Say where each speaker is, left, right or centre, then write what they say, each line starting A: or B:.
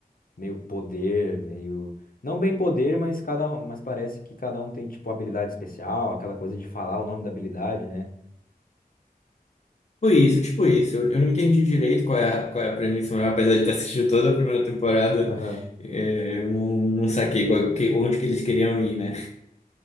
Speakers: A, on the left (about 65°); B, on the left (about 45°).
A: meio poder, meio. Não bem poder, mas cada um, mas parece que cada um tem, tipo, habilidade especial, aquela coisa de falar o nome da habilidade, né?
B: Tipo isso, tipo isso. Eu eu não entendi direito qual é a, qual é a premissa, mas apesar de ter assistido toda a primeira temporada,
A: Aham.
B: é, eu não, não saquei qual- que- onde que eles queriam ir, né?